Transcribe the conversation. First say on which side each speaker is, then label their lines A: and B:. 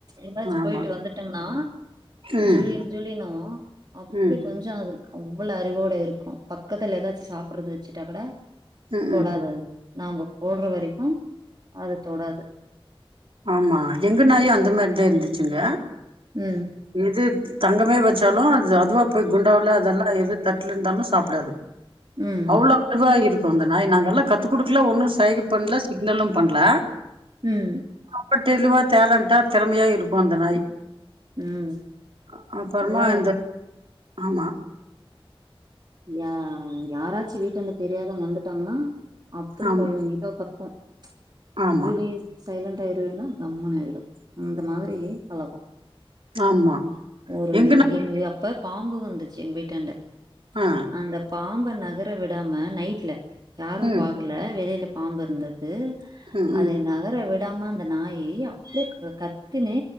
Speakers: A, on the right; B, on the right.
A: எதாச்சு
B: ஆமா
A: போயிட்டு வந்துட்டோம்ன்னா
B: ம்
A: ஜூலின் ஜூலினு அப்டி
B: ம்
A: கொஞ்சு அது அவ்ள அறிவோட இருக்கு பக்கத்துல ஏதாச்சு சாப்றது வெச்சு ச்சுட்டாக்கூட
B: ம்
A: தொடாது அது நம்ப போடுற வரைக்கு அது தொடாது
B: ஆமா எங்க நாயு அந்த மாரிதா இருந்துச்சுங்க
A: ம்
B: இது தங்கமே வச்சாலு அது அதுவா போய் குண்டால அதெல்லா எதுவு தட்ல இருந்தாலு சாப்டாது
A: ம்
B: அவ்ளோ <inaudible> இருக் கு அந்த நாய் நாங்க எல்லா கத்து குடுக்ல ஒன்னு சைக பண்ணல சிக்னலு பண்ணல
A: ம்
B: ப்பட்ட இதுவா டேலண்டா தெறமயா இருக்கு அந்த நாய்
A: ம்
B: அ அப்புறமா
A: நல்ல
B: இந்த ஆமா
A: யா யாராச்சு வீட்டான்ட தெரியாதவ வந்துட்டாங்னா அப்பிடி
B: ஆம்,
A: கொ <unintelligible> இத கத்தோ ச்ச்
B: ஆமா,
A: ஜூலி சைலண்ட்டா இருன்னா கம்முனு ஆய்டு ம் அந்த மாதிரி பலகோ
B: ஆமா.
A: ஒரு
B: எங்க நா
A: எங்ளு அ இப்ப பாம்பு வந்துச்சு எங்க வீடாண்ட
B: ஆ,
A: அந்த பாம்ப நகர விடாம நைட்ல யாரு
B: ம்,
A: போகல வெளில பாம்பிருந்து ருக்கு
B: ம்,
A: அதே
B: ம்,
A: நகர வி விடாம அந்த நாயி அப்டி க கத்தினு